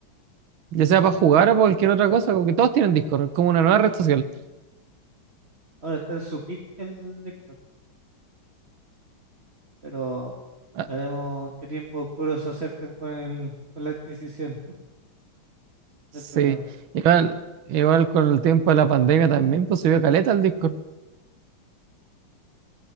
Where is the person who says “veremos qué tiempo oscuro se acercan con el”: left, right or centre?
Right